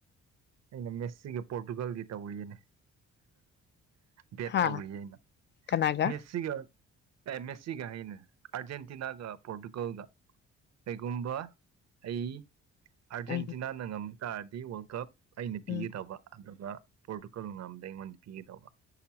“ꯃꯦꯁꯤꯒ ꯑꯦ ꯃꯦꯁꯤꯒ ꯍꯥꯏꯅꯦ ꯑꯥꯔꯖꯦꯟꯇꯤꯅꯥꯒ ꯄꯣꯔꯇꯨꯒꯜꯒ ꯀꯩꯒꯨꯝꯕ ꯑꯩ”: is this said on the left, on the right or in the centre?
Right